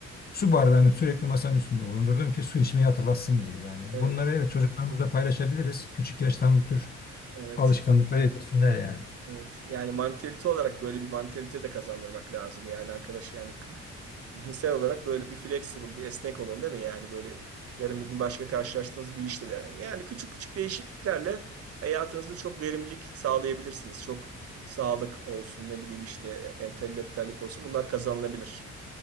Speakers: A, on the left; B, on the right.
A: Su bardağını sürekli masanın üstünde bulundurdum ki su içmeyi hatırlatsın gibi yani.
B: evet,
A: Bunları evet çocuklarımızla paylaşabiliriz. Küçük yaştan bu tür
B: evet.
A: alışkanlıkları edinsinler yani.
B: Evet. Yani mantalite olarak böyle bir mantalite de kazandırmak lazım. Yani arkadaş yani k- zihinsel olarak böyle bir flexible, bir esnek olun değil mi? Yani böyle yarın bir gün başka karşılaştığınız bir işte de. Yani küçük küçük değişikliklerle hayatınızda çok verimlilik sağlayabilirsiniz. Çok sağlık olsun, ne bileyim işte entelektüellik olsun. Bunlar kazanılabilir.